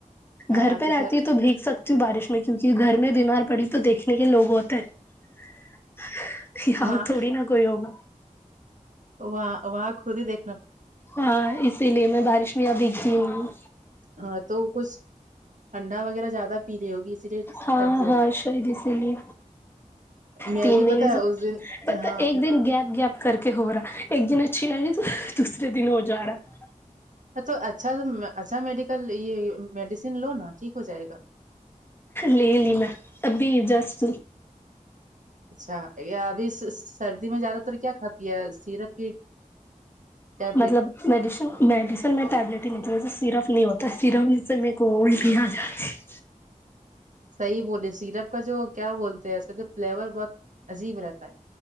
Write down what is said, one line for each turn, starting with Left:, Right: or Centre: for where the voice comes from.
Right: ہاں
Left: گھر پہ
Right: سر
Left: رہتی تو بھیگ سکتی ہوں بارش میں کیونکہ گھر میں بیمار پڑی تو دیکھنے کے لوگ ہوتے ہیں یاں
Right: وہاں
Left: تھوڑی نہا کوئی ہوگا
Right: وہاں وہاں خود ہی دیکھ
Left: ہاں اسی لیے میں بارش میں ادھتی ہوں
Right: ہاں تو کچھ ٹنڈا وغیرہ زیادہ پیلی ہوگی اسی لیے
Left: ہاں
Right: سردی ہو
Left: ہاں
Right: گیا
Left: شاید اسی لیے
Right: میں
Left: تین
Right: بھی
Left: دن
Right: پتا ہے اس دن
Left: ب
Right: ہاں
Left: ایک
Right: میں-
Left: دن گیپ گپ کر کے ہو رہا ایک دن اچھی رہے راہی دوسرے دن ہو جا رہا
Right: ا تو اچھا اچھا میڈیکل یہ میڈیسین لو نا ٹھیک ہو جائے گا
Left: لے لی میں ابھی جسٹ
Right: اچھا ابھی سردی میں زیادہ تر کیا کھاتی ہے سیرپ کی ٹیبلیٹ
Left: مطلب میڈیس میڈیسن میں ٹیبلیٹ ہی نہیں ویسے سیرپ نہیں ہوتا سیرپ سے میں کو اٹی جاتی ہیں
Right: صحیح بولے سیرپ کا جو کیا بولتے ہیں ایسے تو فلیور بہت عجیب رہتا ہے